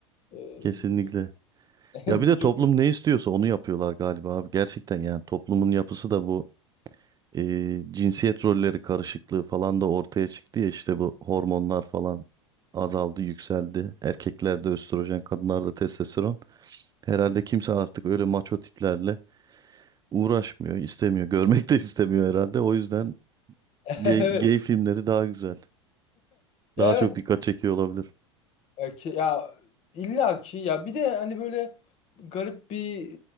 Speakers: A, on the left (about 45°); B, on the right (about 25°).
A: Eee,
B: Kesinlikle.
A: <laughs> ne
B: Ya
A: yazık
B: bir de toplum
A: ki.
B: ne istiyorsa onu yapıyorlar galiba abi. Gerçekten yani toplumun yapısı da bu e, cinsiyet rolleri karışıklığı falan da ortaya çıktı ya işte bu hormonlar falan azaldı, yükseldi. Erkeklerde östrojen, kadınlarda testosteron. Herhalde kimse artık öyle maço tiplerle uğraşmıyor, istemiyor, <laughs> görmek de istemiyor herhalde. O yüzden
A: <laughs>
B: gay,
A: Evet.
B: gay filmleri daha güzel. Daha
A: Ya evet
B: çok dikkat çekiyor olabilir.
A: Ya ke- ya illa ki ya bir de hani böyle garip bir